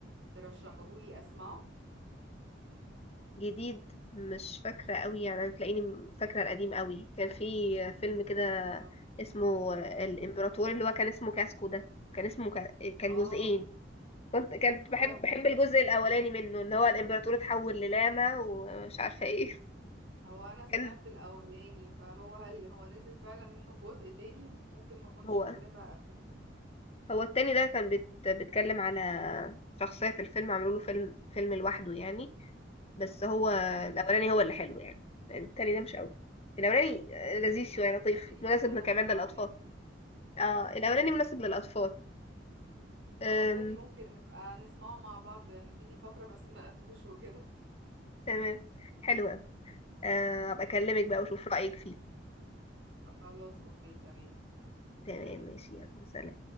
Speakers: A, on the right; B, on the left.
A: ترشحهولي اسمعه
B: جديد مش فاكرة قوي يعني أنا تلاقيني م- فاكرة القديم قوي كان في فيلم كده
A: طب-
B: اسمه
A: مم.
B: الإمبراطور اللي هو كان اسمه كاسكو ده كان اسمه كا... كان
A: اه
B: جزئين كنت كنت
A: اه
B: بحب بحب الجزء الأولاني منه إن هو الإمبراطور
A: هو
B: اتحول للاما ومش عارفة إيه <laughs>
A: هو انا سمعت
B: كان
A: الاولاني فهو هل هو نزل فعلا منه جزء تاني ممكن ما كنتش
B: هو
A: بتابع قبل
B: هو التاني ده كان بت... بيتكلم على شخصية في الفيلم عملوا له فيلم فيلم لوحده يعني بس هو
A: مم.
B: الأولاني هو اللي حلو يعني التاني ده مش قوي الأولاني لذيذ
A: يعني
B: شوية
A: ما
B: لطيف
A: ترشحيليش
B: مناسب
A: ان انا
B: كمان
A: اسمعه
B: للأطفال
A: يعني
B: اه الاولاني مناسب للاطفال أم.
A: خلاص عادي ممكن نبقى نسمعه مع بعض انا دي لي فترة ما سمعتوش وكده
B: تمام حلو أوي. آه، ابقى
A: خلاص
B: اكلمك بقى واشوف رايك فيه
A: خلاص، اوكي تمام
B: تمام
A: سلام
B: ماشي يلا سلام